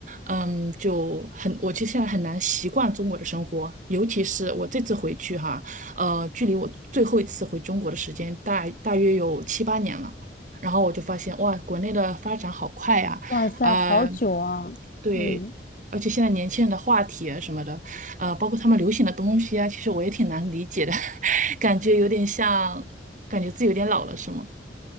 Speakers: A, on the right; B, on the left.
A: 嗯，就很，我其实现在很难习惯中国的生活，尤其是我这次回去哈，呃，距离我最后一次回中国的时间大大约有七八年了。然后我就发现，哇，国内的发展好快呀，
B: 哇塞，
A: 啊，
B: 好久啊！
A: 对，
B: 嗯，
A: 而且现在年轻人的话题啊什么的，呃，包括他们流行的东西啊，其实我也挺难理解的，<laughs> 感觉有点像，感觉自己有点老了，是吗？